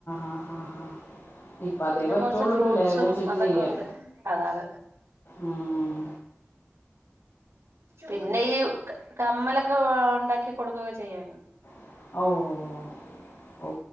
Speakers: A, on the left; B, on the right.
A: ആ ആ ആ ഇപ്പ അതേ
B: പിന്നെ
A: പറ്റുള്ളു
B: കൊറച്ച് ഫ്രൂട്ട്സും
A: പിള്ളേരേം വെച്ചിട്ട്
B: അതൊക്കെ
A: ചെയ്യാൻ
B: ഉണ്ട് അതാണ്
A: ഉം
B: പിന്നെ ഈ കമ്മലൊക്കെ ഒണ്ടാക്കി കൊടുക്കൊക്കെ ചെയ്യുവായിരുന്നു.
A: ഓഹ്